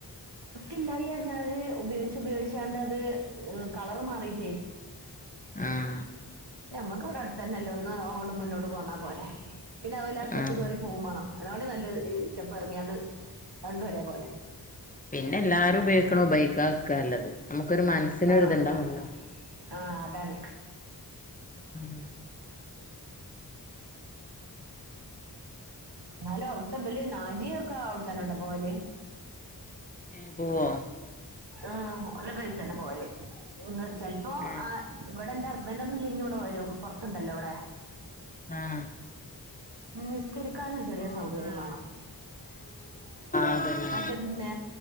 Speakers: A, on the right; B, on the left.
A: ഇല്ലായി പറഞ്ഞാല് ഉപയോഗിച്ച് ഉപയോഗിച്ചാണ്ട് അത് കളറ് മാറിയിട്ടേ
B: ആഹ്
A: ഞമ്മക്ക് ഇവിടെ അടുത്തന്നെല്ലേ ഒന്ന് ഓണ്ട് മുന്നോട്ട് പോന്നാ പോരെ പിന്നെതല്ല സ്റ്റെപ്പ്കേറി
B: ആഹ്
A: പോകും മാണം അതിനേക്കാട്ടിം നല്ലത് ഈ ചെപ്പ് ഇറങ്ങിയാണ്ട് രണ്ടു ഒരേ പോലെ
B: പിന്നെ എല്ലാരും ഉപയോഗിക്കണത് ഉപയോഗിക്കാതെരിക്കാ ക്കാല്ലത് നമുക്കൊരു മനസ്സിനൊരിത്ണ്ടാവല്ലോ
A: ആ അതാ ആ അതാണ്
B: ഉം
A: എന്നാലും അവിടുത്തബല് നാജിയ ഒക്കെ അവിടത്തന്നട്ടോ പോവല്
B: ഏഹ് ഉവ്വോ
A: ആഹ് <unintelligible> പോകല് ഉം ചെലപ്പോ
B: ഏഹ്
A: ആ ഇവിടെന്താ <unintelligible> ഇവടെ വരും പൊറത്തൊണ്ടല്ലോ ഇവടെ
B: ആഹ്
A: <unintelligible> നിക്കരിക്കാനൊരു ചെറിയ
B: ആഹ്
A: സൗകര്യമാണം
B: അതന്നെ
A: മറ്റേത് നേ